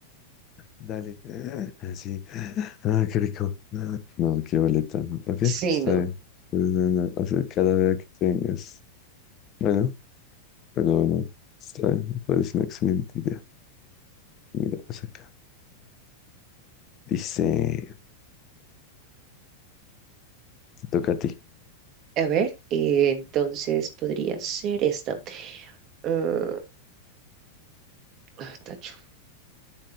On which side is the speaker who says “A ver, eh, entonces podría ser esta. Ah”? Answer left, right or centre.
Right